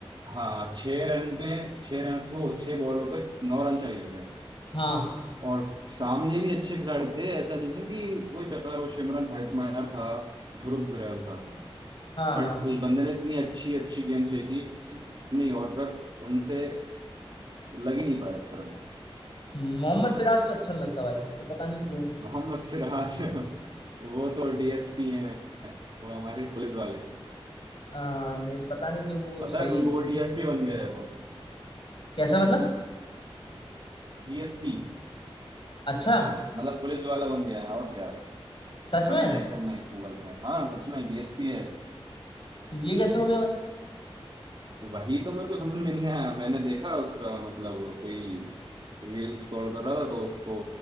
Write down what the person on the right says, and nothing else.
हाँ छह रन पे छह रन वो छह बॉलों पे नौ रन चाहिए थे
और सामने भी अच्छे खिलाड़ी थे ऐसा नहीं था कि वही बेकार वो सिमरन हेटमायर था ध्रुव जुरैल था
बट
उस बंदे ने इतनी अच्छी अच्छी गेंद फेंकी इतनी यॉर्कर उनसे लग ही नहीं पाया तुरंत
मोहम्मद सिराज <laughs> वो तो डीएसपी हैं वो हमारे पुलिस वाले
पता
है तुमको वो डीएसपी बन गया है वो
डीएसपी
मतलब पुलिस वाला बन गया है और क्या
एक बार
चेक करना गूगल पे हाँ सच में डीएसपी है वो।
वही तो मेरे को समझ में नहीं आया मैंने देखा उसका मतलब कोई रील स्क्रॉल कर रहा था तो उसको